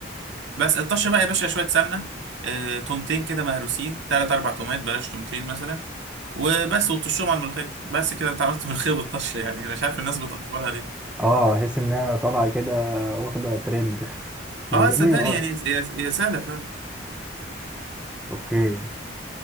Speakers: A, on the right; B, in the centre.
A: بس الطشة بقى يا باشا شوية سمنة آه تومتين كده مهروسين تلات أربع تومات بلاش تومتين مثلا وبس وتطشهم على الملوخية بس كده أنت عملت <laughs> ملوخية بالطشة يعني أنا مش عارف الناس بتأفورها ليه
B: اه احس انها طالعه كده واخده ترند من
A: أه
B: زمان
A: صدقني
B: قوي
A: يعني هي هي سهلة فعلا
B: اوكي